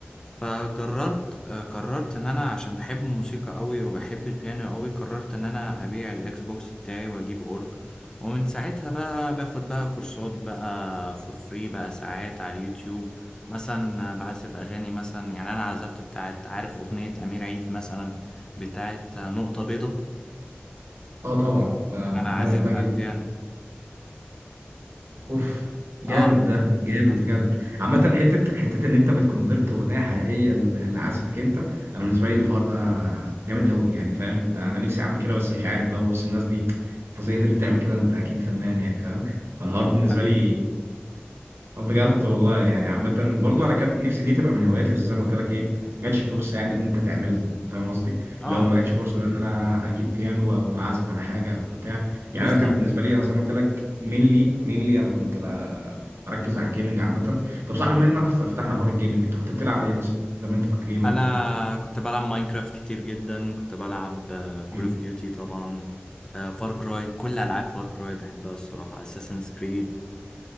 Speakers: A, on the left; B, on the right.
A: فقررت آه، قررت ان انا عشان بحب الموسيقى قوي وبحب البيانو قوي قررت ان انا ابيع الاكس بوكس بتاعي واجيب اورج ومن ساعتها بقى باخد بقى كورسات بقى فور فري بقى ساعات على اليوتيوب مثلا بعزف اغاني مثلا يعني انا عزفت بتاعت عارف اغنية امير عيد مثلا بتاعت نقطة بيضة
B: اه طبعا آه،
A: انا عازفها
B: انا بحبها جدا
A: على البيانو
B: اوف جامد
A: اه
B: ده جامد
A: عزف
B: بجد عامة حتة حتة ان انت بتكونفرت اغنية حقيقية ل- لعزفك انت انا بالنسبة لي الحوار ده جامد قوي يعني فاهم انت انا نفسي اعمل كده بس مش عارف لو بص الناس دي انت ازاي قدرت تعمل كده انت اكيد فنان يعني فاهم فالحوار بالنسبة
A: حبيبي
B: لي بجد والله يعني عامة برضو انا كان نفسي دي تبقى من هواياتي بس زي ما قلت لك ايه ما جاتش فرصة يعني ان انت تعملها أنت فاهم قصدي؟
A: اه
B: لو ما جاتش فرصة بقى ان انا اجيب بيانو او اعزف على حاجة او بتاع يعني
A: بالظبط
B: انا كان بالنسبة لي انا زي ما قلت لك مينلي مينلي انا كنت ب- بركز على الجيمنج عامة طب صاحب مننا فتحنا حوار الجيمنج انت كنت بتلعب ايه مثلا؟ ده ما انت كنت جيمر
A: انا
B: وكده
A: كنت بلعب ماينكرافت كتير جدا كنت بلعب كول
B: مم.
A: اوف ديوتي طبعا فار كراي كل العاب فار كراي بحبها الصراحه اساسنز كريد